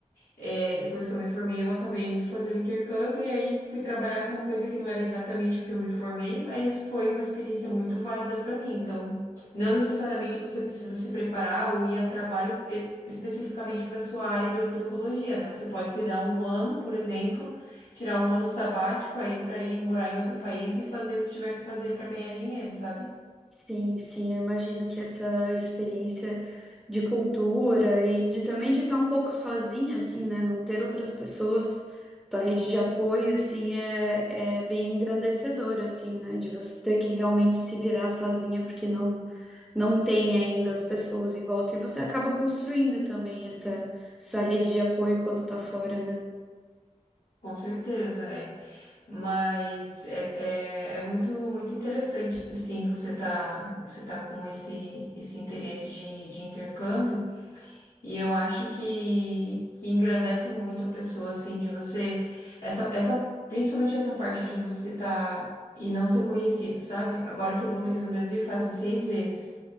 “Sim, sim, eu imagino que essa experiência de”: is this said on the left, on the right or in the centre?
Centre